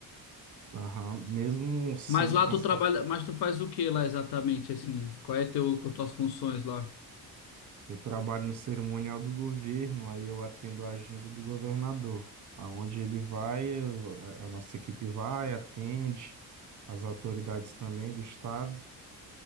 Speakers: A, on the right; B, on the left.
A: Aham. Mesmo sendo
B: Mas lá
A: cansativo.
B: tu trabalha, mas tu faz o que lá exatamente, assim? Qual é teu, qual tuas funções lá?
A: Eu trabalho no cerimonial do governo, aí eu atendo a agenda do governador. Aonde ele vai, eu- a a nossa equipe vai, atende, as autoridades também do estado,